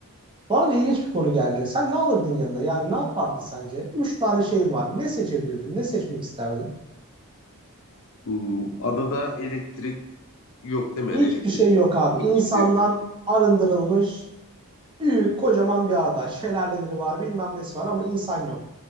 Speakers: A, on the right (about 20°); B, on the left (about 60°).
A: Bana da ilginç bir konu geldi. Sen ne alırdın yanına? Yani ne yapardın sence? Üç tane şeyin var. Ne seçebilirdin? Ne seçmek isterdin?
B: Hmm, Adada elektrik yok değil mi?
A: Hiçbir
B: Yani elektrik
A: şey
B: yok.
A: yok abi. İnsandan
B: Hiçbir şey yok.
A: arındırılmış büyük kocaman bir ada. Şelaleleri var bilmem nesi var ama insan yok.